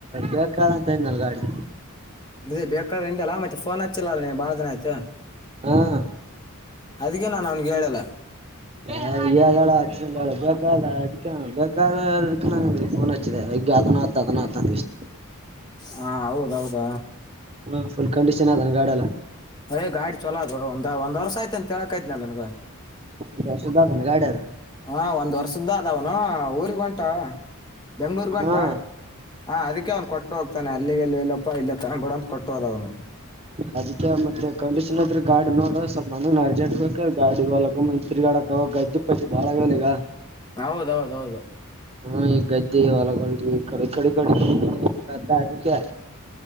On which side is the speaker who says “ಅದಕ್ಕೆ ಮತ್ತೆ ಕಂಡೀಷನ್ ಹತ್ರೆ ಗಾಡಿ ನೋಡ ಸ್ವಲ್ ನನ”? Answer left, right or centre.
Right